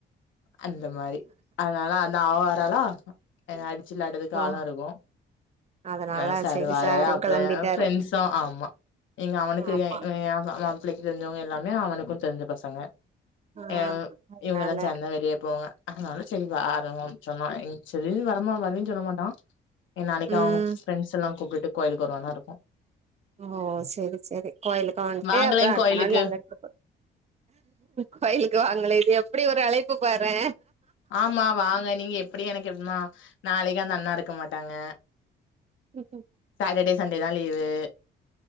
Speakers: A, on the left; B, on the right.
A: அந்த மாதிரி அதனால அந்த ஆவாரலா அடிச்சு வெளாடுறதுக்கு
B: ஓ
A: ஆளோ இருக்கு
B: அதனால
A: நல்ல சார்
B: செரி
A: வாராரு
B: சாரும்
A: அப்பறோ
B: கெளம்பிட்டாரு
A: ஃப்ரெண்ட்ஸு ஆமா நீங்க அவனுக்கு
B: ஆமா
A: எ எ மாப்பிள்ளைக்கு தெரிஞ்சவங்க எல்லாமே அவனுக்கு தெரிஞ்ச பசங்க
B: ஆ
A: அ
B: அதனால
A: இவங்கல்லா சந்த வெளிய போங்க அதனால சரிவா ஆ சொன்னா செரின்னு வரமா வரீன்னு சொல்ல மாட்டா எ நாளைக்கு அவங்க
B: ம்
A: ஃப்ரெண்ட்ஸ் எல்லா கூப்டுட்டு கோயிலுக்கு வருவானா இருக்கு
B: ஓ சேரி சேரி கோயிலுக்கு வந்ட்டு
A: வாங்களே
B: அப்றோ அடுத்த
A: கோயிலுக்கு
B: நாள் <unintelligible> கோயிலுக்கு வாங்களே இது எப்டி ஒரு அழைப்பு பாறே
A: ஆமா வாங்க நீங்க எப்டி எனக்கு எப்னா நாளைக்கி அந்த அண்ணா இருக்க மாட்டாங்க
B: ம் ம்
A: சாட்டர்டே சண்டே தா லீவு